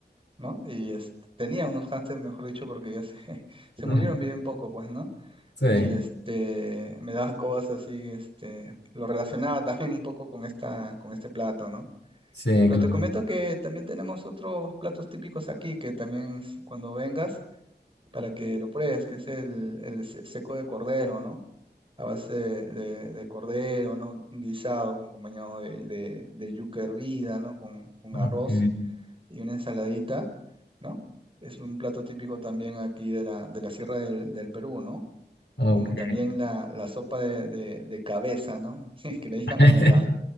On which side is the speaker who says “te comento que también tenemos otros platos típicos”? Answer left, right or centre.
Right